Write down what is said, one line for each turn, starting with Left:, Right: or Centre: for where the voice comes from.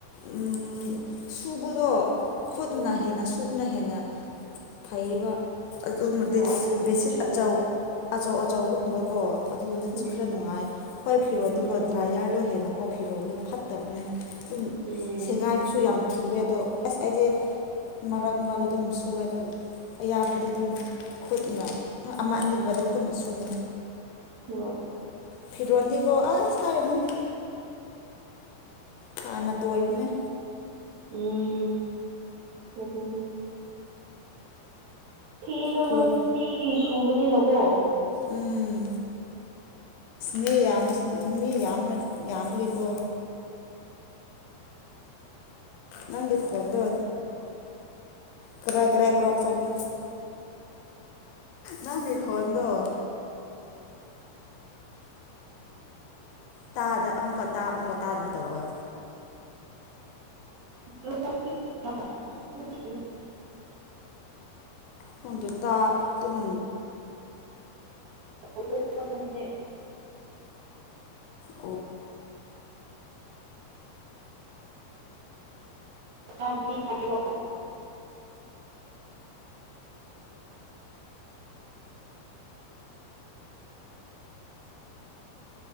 Left: ꯎꯝ ꯁꯨꯕꯗꯣ ꯈꯨꯠꯅ
Right: ꯎꯝ
Left: ꯍꯦꯟꯅ ꯁꯨꯕꯅ ꯍꯦꯟꯅ ꯐꯩꯌꯦꯕ ꯑꯗꯨꯃꯗꯤ
Right: ꯑꯣ ꯑꯗꯨꯕꯨꯗꯤ
Left: ꯕꯦꯁꯤꯠ
Right: ꯆꯨꯝꯃꯦ
Left: ꯑꯆꯥꯎ ꯑꯆꯧ ꯑꯆꯧꯕꯒꯨꯝꯕꯀꯣ ꯑꯗꯨꯗꯤ
Right: ꯎꯝ
Left: ꯈꯔ ꯅꯨꯡꯉꯥꯏ ꯑꯩꯈꯣꯏ ꯐꯤꯔꯣꯟꯗꯤꯀꯣ
Right: ꯎꯝ
Left: ꯗ꯭ꯔꯥꯏꯌꯔꯗꯣ ꯍꯦꯟꯅ ꯀꯣ ꯐꯤꯔꯣꯜꯗꯣ ꯐꯠꯇꯕꯅꯦ ꯑꯗꯨꯝ
Right: ꯎꯝ
Left: ꯁꯦꯒꯥꯏꯕꯁꯨ ꯌꯥꯝ ꯊꯨ ꯑꯗꯣ ꯑꯁ ꯑꯩꯗꯤ ꯃꯔꯛ ꯃꯔꯥꯛ ꯑꯗꯨꯝ ꯁꯨꯑꯦ ꯑꯗꯣ ꯑꯌꯥꯝꯕꯗꯤ ꯑꯗꯨꯝ ꯈꯨꯠꯅ ꯑꯃ ꯑꯅꯤꯡꯕꯗꯤ ꯈꯨꯠꯅ ꯁꯨꯏ
Right: ꯍ
Left: ꯐꯤꯔꯣꯟꯗꯤꯀꯣ ꯑꯁ ꯍꯥꯢꯔꯅꯨ ꯍꯥꯟꯅ ꯇꯣꯏꯕꯅꯦ
Right: ꯎꯝ ꯀꯇꯅꯤ ꯐꯤꯁꯨ
Left: ꯐꯤꯔꯣꯟ
Right: ꯅꯨꯡꯇꯤꯒꯤ ꯁꯨꯕꯅꯤꯅꯀꯣ
Left: ꯎꯝ ꯃꯤ ꯌꯥꯝꯕ ꯃꯤ ꯌꯥꯝ ꯌꯥꯝꯕꯒꯤꯀꯣ ꯅꯪꯒꯤ ꯈꯣꯟꯗꯣ ꯀꯔꯦ ꯀ꯭ꯔꯦ ꯀ꯭ꯔꯒ ꯆꯂꯦ ꯅꯪꯒꯤ ꯈꯣꯟꯗꯣ ꯇꯥꯗ ꯑꯃꯨꯛꯀ ꯇꯥ ꯑꯃꯨꯛꯀ ꯇꯥꯗꯕ ꯇꯧꯕ
Right: <inaudible>
Left: ꯈꯪꯗꯦ ꯇꯥ ꯇꯨꯝ
Right: <inaudible>
Left: ꯑꯣ
Right: <inaudible>